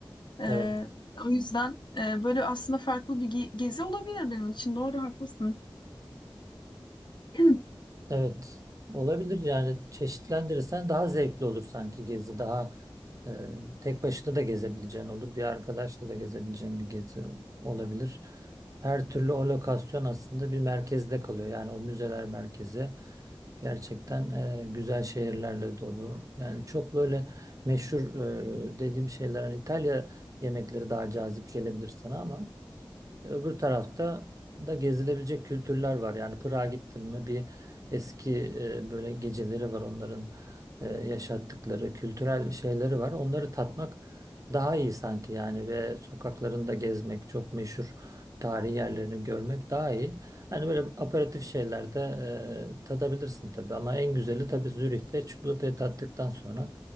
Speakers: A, on the left; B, on the right.
A: Ee,
B: evet,
A: o yüzden e, böyle aslında farklı bir ge- gezi olabilir benim için. Doğru haklısın. <clears throat>
B: evet. Olabilir yani çeşitlendirirsen daha zevkli olur sanki gezi daha Ee, tek başına da gezebileceğin olur. Bir arkadaşla da gezebileceğin bir gezi olabilir. Her türlü o lokasyon aslında bir merkezde kalıyor. Yani o müzeler merkezi gerçekten e, güzel şehirlerle dolu. Yani çok böyle meşhur e, dediğim şeyler hani İtalya yemekleri daha cazip gelebilir sana ama Öbür tarafta da gezilebilecek kültürler var. Yani Prag'a gittim mi bir eski e, böyle geceleri var onların e, yaşattıkları kültürel şeyleri var. Onları tatmak daha iyi sanki yani ve sokaklarında gezmek çok meşhur tarihi yerlerini görmek daha iyi. Hani böyle aperatif şeylerde e, tadabilirsin tabii ama en güzeli tabii Zürih'te çikolatayı tattıktan sonra